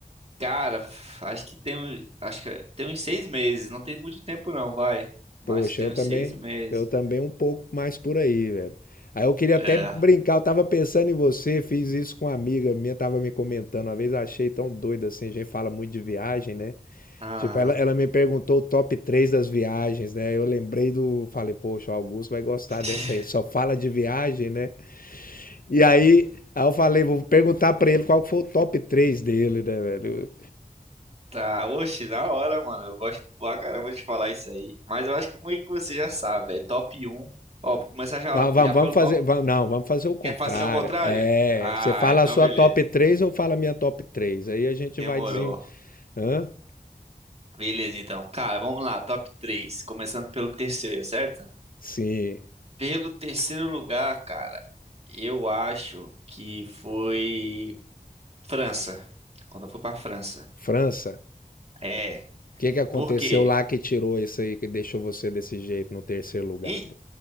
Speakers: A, on the right (about 45°); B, on the left (about 70°).
A: Cara, acho que tem, uns- acho que tem uns seis meses. Não tem muito tempo não, vai. Mas
B: Poxa,
A: tem
B: eu
A: uns
B: também,
A: seis meses.
B: eu também um pouco mais por aí, velho. Aí eu queria
A: É.
B: até brincar, eu tava pensando em você, fiz isso com uma amiga minha, tava me comentando, uma vez eu achei tão doido assim, a gente fala muito de viagem, né?
A: Ah.
B: Tipo, ela, ela me perguntou o top 3 das viagens, né? Eu lembrei do. Falei, poxa, o Augusto vai gostar
A: <laughs>
B: dessa aí. Só fala de viagem, né? E aí, aí eu falei, vou perguntar pra ele qual que foi o top 3 dele, né, velho?
A: Tá, oxe, na hora, mano. Eu gosto pra caramba de falar isso aí. Mas eu acho que meio que você já sabe, velho. Top um Ó, vou começar já,
B: Não, vamos,
A: já
B: vamos
A: pelo
B: fazer.
A: top.
B: va- não, vamos fazer o contrário.
A: Quer fazer ao contrário?
B: É,
A: Ah,
B: você fala
A: então
B: a sua
A: beleza.
B: top três eu falo a minha top 3? Aí a gente
A: Demorou.
B: vai dizer. Hã?
A: Beleza, então. Cara, vamos lá. Top três Começando pelo terceiro, certo?
B: Sim.
A: Pelo terceiro lugar, cara, eu acho que foi França. Quando eu fui pra França.
B: França.
A: É.
B: O que que aconteceu
A: Por quê?
B: lá que tirou isso aí, que deixou você desse jeito no terceiro lugar?
A: E